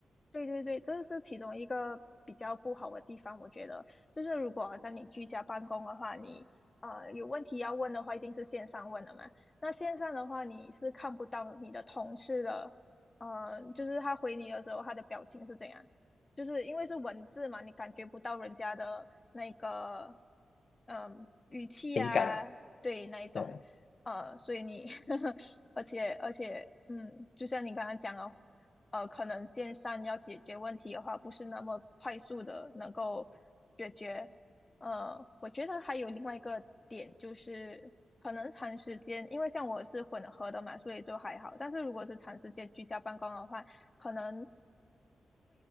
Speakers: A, on the left; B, on the left.
A: 对对对，这是其中一个比较不好的地方，我觉得就是如果在你居家办公的话，你呃有问题要问的话，一定是线上问的嘛。那线上的话，你是看不到你的同事的，呃，就是他回你的时候，他的表情是怎样，就是因为是文字嘛，你感觉不到人家的那个嗯、语气啊，
B: 情感，
A: 对那一种，
B: 对，
A: 呃，所以你 <laughs> 而且而且嗯，就像你刚刚讲的。呃，可能线上要解决问题的话，不是那么快速的能够解决。呃，我觉得还有另外一个点就是，可能长时间，因为像我是混合的嘛，所以就还好。但是如果是长时间居家办公的话，可能。